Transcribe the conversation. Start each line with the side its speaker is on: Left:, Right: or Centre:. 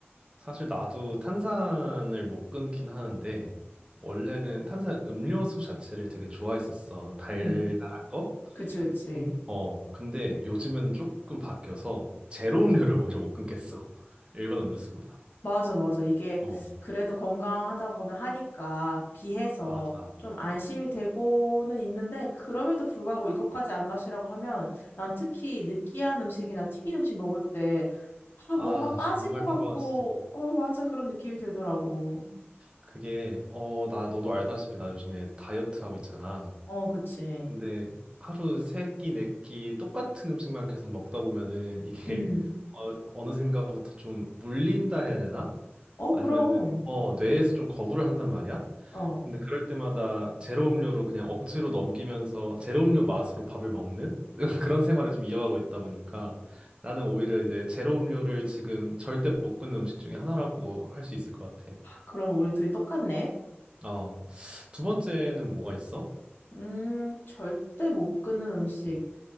Right: 사실 나도 탄산을 못 끊긴 하는데 원래는 탄산 음료수 자체를 되게 좋아했었어. 달달한
Left: 음
Right: 거?
Left: 그치 그치.
Right: 근- 어, 근데 요즘에는 조금 바뀌어서 제로 음료를 오히려 못 끊겠어. <laughs> 일반 음료수보다.
Left: 맞아, 맞아. 이게
Right: 어,
Left: 그래도 건강하다고는 하니까 비해서
Right: 맞아.
Left: 좀 안심이 되고는 있는데, 그럼에도 불구하고 이것까지 안 마시라고 하면, 난 특히 느끼한 음식이나 튀긴 음식 먹을 때, 아,
Right: 아,
Left: 뭔가 빠진
Right: 정말
Left: 것 같고,
Right: 필요하지.
Left: 어, 맞아. 그런 느낌이 들더라고.
Right: 그게, 어, 나, 너도 알다시피 나 요즘에 다이어트 하고 있잖아.
Left: 어, 그치.
Right: 근데 하루 세 끼, 네끼 똑같은 음식만 계속 먹다 보면은 이게
Left: 음.
Right: <laughs> 어, 어느샌가부터 좀 물린다 해야 되나?
Left: 어,
Right: 아니면
Left: 그럼.
Right: 어 뇌에서 좀 거부를 한단 말이야.
Left: 어.
Right: 근데 그럴 때마다 제로 음료로 그냥 억지로 넘기면서 제로 음료 맛으로 밥을 먹는 <laughs> 그런 생활을 좀 이어가고 있다 보니까 나는 오히려 이제 제로 음료를 지금 절대 못 끊는 음식 중에 하나라고 할 수 있을 것 같아.
Left: 그럼 우리 둘이 똑같네.
Right: 어, 두 번째는 뭐가 있어?
Left: 음, 절대 못 끊는 음식.